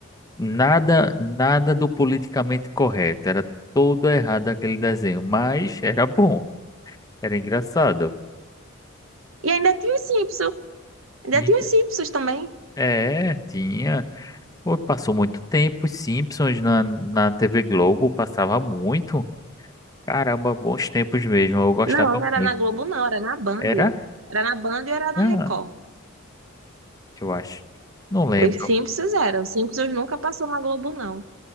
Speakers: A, on the left (about 15°); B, on the right (about 75°).
A: Nada, nada do politicamente correto. Era todo errado aquele desenho, mas era bom, era engraçado.
B: E ainda tinha os Simpsons, ainda
A: E-
B: tinha os Simpsons também.
A: É, tinha. Pô, Passou muito tempo, os Simpsons na, na TV Globo passava muito. Caramba, bons tempos mesmo, eu gostava
B: Não, não era
A: muito.
B: na Globo, não, era na Band.
A: Era?
B: Era na Band e era na
A: Ah,
B: Record.
A: eu acho. Não lembro.
B: Os Simpsons eram, os Simpsons nunca passou na Globo, não,